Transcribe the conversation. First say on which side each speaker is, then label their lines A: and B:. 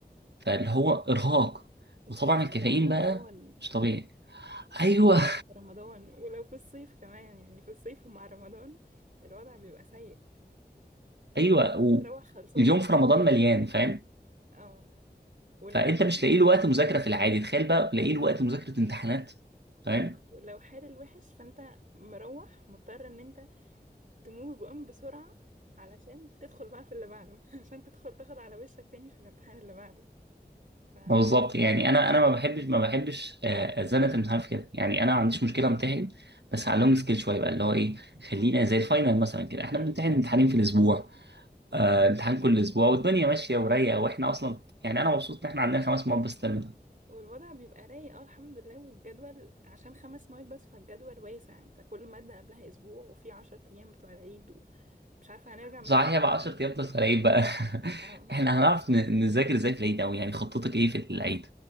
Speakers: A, on the right; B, on the right.
A: فاللي هو ارهاق
B: وخصوصا
A: وطبعا الكافيين
B: لو في رمضان
A: بقى مش طبيعي
B: وخصوصا
A: ايوه
B: لو في رمضان ولو في الصيف كمان يعني في الصيف ومع رمضان الوضع بيبقى سيء
A: ايوه
B: انت بتروح خلصان
A: واليوم في رمضان مليان فاهم
B: اه ولو
A: فانت
B: حد
A: مش لاقي
B: وحش
A: له وقت مذاكره في العادي تخيل بقى لاقي له وقت مذاكره امتحانات فاهم
B: ولو حال الوحش فانت مروح مضطر ان انت تموف اون بسرعة علشان تدخل بقى في اللي بعده <laughs> عشان تدخل تاخد على وشك تاني في الامتحان اللي بعده فبيبقى
A: ما بالظبط يعني
B: مهم
A: انا انا ما بحبش ما بحبش آه، ازنه الامتحان في كده يعني انا ما عنديش مشكله امتحن بس على اللونج سكيل شويه بقى اللي هو ايه
B: اه
A: خلينا زي الفاينل مثلا كده احنا
B: ايوه
A: بنمتحن امتحانين
B: ده جميل
A: في الاسبوع
B: جدا
A: آه امتحان كل اسبوع والدنيا ماشيه ورايقه واحنا اصلا يعني انا مبسوط ان احنا عندنا خمس مواد بس terminal.
B: والوضع بيبقى رايق اه الحمد لله والجدول عشان خمس مواد بس فالجدول واسع انت كل مادة قبلها اسبوع وفي عشر ايام بتوع العيد ومش عارفة هنرجع من
A: صحيح
B: العيد
A: بقى
B: إزاي
A: 10 ايام
B: نذاكر
A: بس في العيد بقى <laughs>
B: اه
A: احنا هنعرف ن- نذاكر ازاي في العيد اوي يعني خطتك ايه في العيد